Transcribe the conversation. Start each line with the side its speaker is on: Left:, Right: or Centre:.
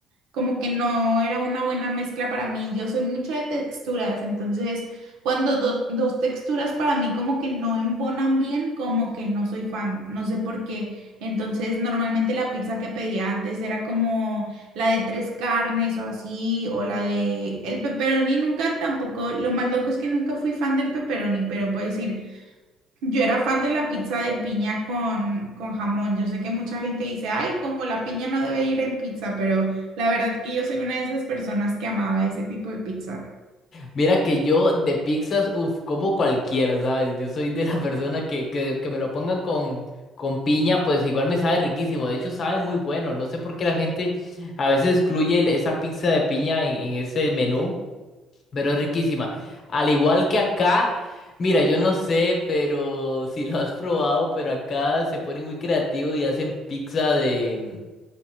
Right: como que no era una buena mezcla para mí. Yo soy mucho de texturas, entonces cuando do- dos texturas para mí como que no embonan bien, como que no soy fan, no sé por qué. Entonces normalmente la pizza que pedía antes era como la de tres carnes o así, o la de el pepperoni, nunca tampoco, lo más loco es que nunca fui fan del pepperoni, pero puedo decir... Yo era fan de la pizza de piña con, con jamón. Yo sé que mucha gente dice, ay, como la piña no debe ir en pizza, pero la verdad que yo soy una de esas personas que amaba ese tipo de pizza.
Left: Mira que yo de pizzas, uff, como cualquiera, ¿sabes? Yo soy de la <laughs> persona que, que, que me lo pongan con, con piña, pues igual me sabe riquísimo, de hecho sabe muy bueno, no sé por qué la gente a veces excluye el- esa pizza de piña en en ese menú. Pero es riquísima. Al igual que acá, mira, yo no sé, pero <laughs> si lo has probado, pero acá se ponen muy creativos y hacen pizza de,